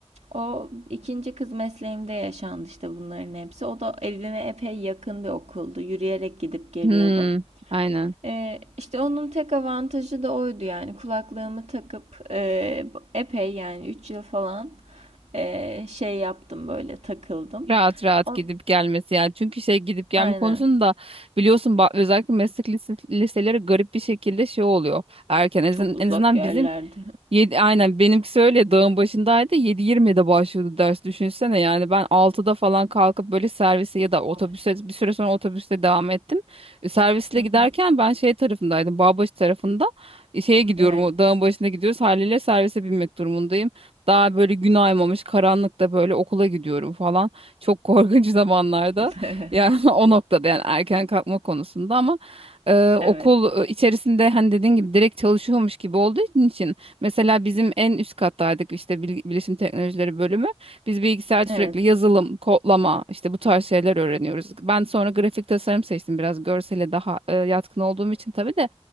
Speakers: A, on the right; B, on the right.
A: o ikinci kız mesleğimde yaşandı, işte, bunların hepsi. O da evime epey yakın bir okuldu. Yürüyerek gidip geliyordum.
B: Hmm, aynen.
A: Ee, işte onun tek avantajı da oydu yani kulaklığımı takıp e, epey yani 3 yıl falan e, şey yaptım böyle takıldım.
B: Rahat rahat
A: O,
B: gidip gelmesi yani. Çünkü şey gidip gelme
A: aynen
B: konusunda biliyorsun ba- özellikle meslek lise- liseleri garip bir şekilde şey oluyor. Erken en
A: çok
B: azın-
A: uzak
B: en azından
A: yerlerde.
B: bizim Yedi, aynen benimkisi öyle dağın başındaydı yedi yirmide başlıyordu ders düşünsene yani ben altıda falan kalkıp böyle servise ya da otobüse
A: <laughs> Of.
B: bir süre sonra otobüste devam ettim. E, Servisle
A: Hı
B: giderken
A: hı.
B: ben şey tarafındaydım Bağbaşı tarafında E, şeye gidiyorum
A: Evet.
B: o dağın başına gidiyoruz haliyle servise binmek durumundayım. Daha böyle gün aymamış karanlıkta böyle okula gidiyorum falan çok korkunç <laughs> zamanlarda
A: <laughs>
B: yani <laughs> o noktada yani erken kalkma konusunda ama e,
A: Evet.
B: okul e, içerisinde hani dediğin gibi direkt çalışıyormuş gibi olduğu için Mesela bizim en üst kattaydık işte bil- bilişim teknolojileri bölümü. Biz bilgisayarda
A: Evet.
B: sürekli yazılım, kodlama işte bu tarz şeyler öğreniyoruz. Ben sonra grafik tasarım seçtim biraz görsele daha e, yatkın olduğum için tabii de